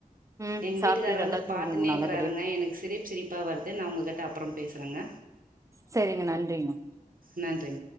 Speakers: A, on the right (about 20°); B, on the right (about 75°).
A: ம்
B: எங்க
A: சாப்ட்டு
B: வீட்டுக்கார வந்து
A: நல்லா
B: பாத்துன்னே
A: தூங்குங்க
B: இருக்கிறாருங்க
A: நல்லபடியா
B: எனக்கு சிரிப் சிரிப்பா வருது நா உங்க கிட்ட அப்பறம் பேசுறங்க
A: சரிங்க நன்றிங்க
B: நன்றிங்க